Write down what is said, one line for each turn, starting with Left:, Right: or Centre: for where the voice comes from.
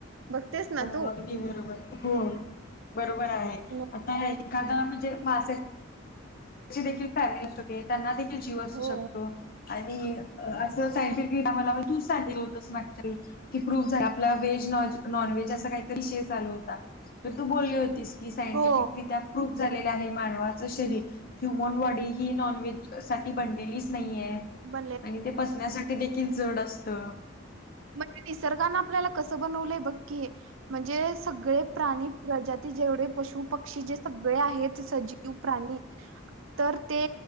Right: बघतेस ना
Left: हो
Right: तू?
Left: अगदी बरोबर... हो... बरोबर आहे.
Right: मग
Left: आता एखादं.. म्हणजे मासा देखील फॅमिली नष्ट होतेय... त्यांना देखील जीव असू
Right: हो
Left: शकतो... आणि असं
Right: हो
Left: सायंटिफिक आम्हाला तूच सांगितलं होतंस मागच्या वेळी की प्रूव्ह झालं... आपला व्हेज, नॉन व्हेज असा काहीतरी विषय चालू होता... तर तू बोलली होतीस की सायंटिफिकरित्या
Right: हो
Left: प्रूफ झालेलं आहे... मानवाचं शरीर ह्यूमन बॉडी... ही नॉन व्हेज साठी बनलेलीच नाहीये.
Right: बनले.
Left: आणि ते पचण्यासाठी देखील जड असतं.
Right: म्हणजे निसर्गानं आपल्याला कसं बनवलंय बघ की... म्हणजे सगळे प्राणी... प्रजाती ते जेवढे पशु पक्षी... जे सगळे आहेत... ते सजीव प्राणी तर ते...